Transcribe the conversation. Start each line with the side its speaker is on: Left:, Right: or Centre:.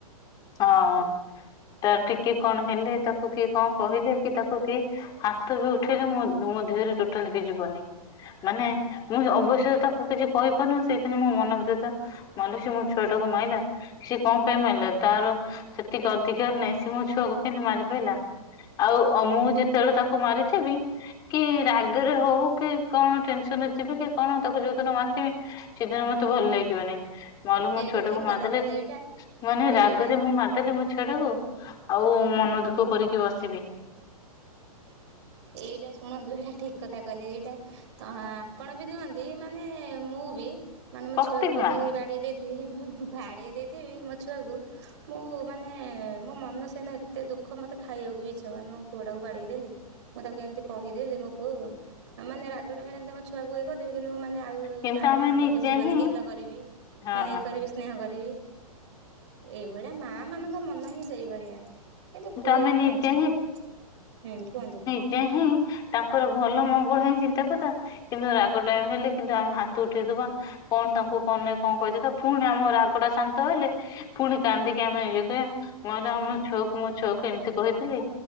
Left: ହଁ ତାର ଟିକେ କଣ ହେଲେ, ତାକୁ କିଏ କଣ କହିଲେ, କି ତାକୁ କିଏ ହାତ ବି ଉଠେଇଲେ ମୋ ମୋ ଦେହରେ ଟୋଟାଲ ବି ଯିବନି। ମାନେ ମୁଁ ଅବଶ୍ୟ ତାକୁ କିଛି କହିପାରୁନି ସେଥିପାଇଁ ମୋ ମନ ଭିତରେ ତାହା ମଲା ସିଏ ମୋ ଛୁଆ ଟାକୁ ମାଇଲା ସିଏ କଣ ପାଇଁ ମାଇଲା? ତାର ସେତିକି ଅଧିକାର ନାହିଁ ସିଏ ମୋ ଛୁଆକୁ କେମତି ମାରି ପାଇଲା? ଆଉ ଅ ମୁଁ ଯେତେବେଳେ ତାକୁ ମାରିଥିବି କି ରାଗରେ ହଉ କି କଣ ଟେନସନରେ ଥିବି କି କଣ ତାକୁ ଯୋଉ ଦିନ ମାରିଥିବି ସେଦିନ ମତେ ଭଲ ଲାଗିବନି ମାଲୋ ମୋ
Right: ଏଇଟା
Left: ଛୁଆଟାକୁ
Right: ଠିକ କଥା
Left: ମାରଦେଲି
Right: କହିଲେ ଏଇଟା
Left: ମାନେ ରା
Right: ଏଇଟା
Left: ମୁଁ ମାରଦେଲି ମୋ ଛୁଆ ଟାକୁ ଆଉ ମନ ଦୁଃଖ କରିକି ବସିବି।
Right: ଏଇଟା ଶୁଣନ୍ତୁ ଏଇଟା ଠିକ କଥା କହିଲେ ଏଇଟା ତ ହଁ। ଆପଣ ବି ନୁହନ୍ତି ମାନେ ମୁଁ ବି ମାନେ ମୋ
Left: ପ୍ରତ୍ୟେକ
Right: ଛୁଆକୁ ଯଦି
Left: ମା
Right: ବାଡ଼େଇ ଦେଇ ଥିବି ବାଡେଇ ଦେଇଥିବି ମୋ ଛୁଆକୁ। ମୁଁ ମାନେ ମୋ ମନ ସେଦିନ ଏତେ ଦୁଃଖ ମତେ ଖାଇବାକୁ ବି ଇଚ୍ଛା ହେଲାନି ମୋ ପୁଅ ଟା କୁ ବାଡେଇ ଦେଲି। ମୁଁ ତାକୁ ଏମିତି କହିଦେଲି ମୋ ପୁଅକୁ ମାନେ ରାଗ ଟାଇମରେ ଏମିତି ମୋ ଛୁଆକୁ କେ କରିଦେବି କିନ୍ତୁ ମାନେ ଆଉ
Left: କିନ୍ତୁ
Right: ତାପରେ
Left: ଆମେ
Right: ମନ
Left: ନିଜେ
Right: ବୁଝିବନି
Left: ହିଁ
Right: ଗେଲ କରିବି।
Left: ହଁ
Right: ମାନେ ଇ କରିବି ସ୍ନେହ କରିବି। ଏଇଭଳିଆ ମା ମାନଙ୍କ ମନ ହିଁ ସେଇଭଳିଆ। କିନ୍ତୁ ପୁ
Left: ଆମେ
Right: ମାନେ
Left: ନିଜେ
Right: ଛୁ ହୁଁ କୁହନ୍ତୁ।
Left: ଯେ ହିଁ ତାଙ୍କର ଭଲ ମଙ୍ଗଳ ହିଁ ଚିନ୍ତା କଥା କିନ୍ତୁ ରାଗ ଟାଇମ ହେଲେ କିନ୍ତୁ ଆମେ ହାତ ଉଠେଇଦବା କଣ ତାଙ୍କୁ କଣନାଇ କଣ କହିଦେଇଥବା ଫୁଣି ଆମ ରାଗ ଟା ଶାନ୍ତ ହେଲେ ଫୁଣି କାନ୍ଦିକି ଆମେ ନିଜକୁ କହିଆ ମାଲୋ ଆମ ଛୁଆକୁ ମୋ ଛୁଆକୁ ଏମିତି କହିଥିଲି।